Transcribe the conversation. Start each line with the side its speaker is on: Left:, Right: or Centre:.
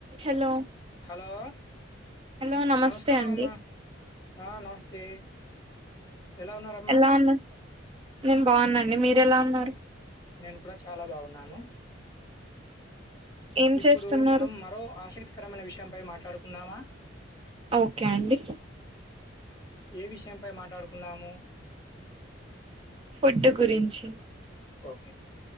Right: Hello
Left: hello
Right: hello నమస్తే
Left: నమస్కారం
Right: అండి
Left: అమ్మ ఆ నమస్తే ఎలా ఉన్నారమ్మా?
Right: ఎలా ఉన్నా నేను బాగున్నా అండి మీరు ఎలా ఉన్నారు
Left: నేను కూడా చాలా బాగున్నాను
Right: ఏం
Left: ఇప్పుడు
Right: చేస్తున్నారు
Left: మనం మరో ఆసక్తికరమైన విషయంపై మాట్లాడుకుందామా
Right: ఓకే అండి
Left: ఏ విషయంపై మాట్లాడుకున్నాము
Right: ఫుడ్ గురించి
Left: ఓకే